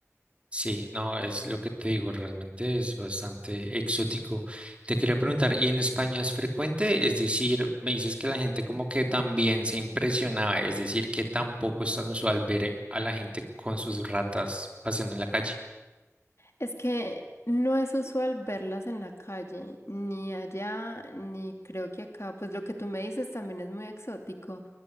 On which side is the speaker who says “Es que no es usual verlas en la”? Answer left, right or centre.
Left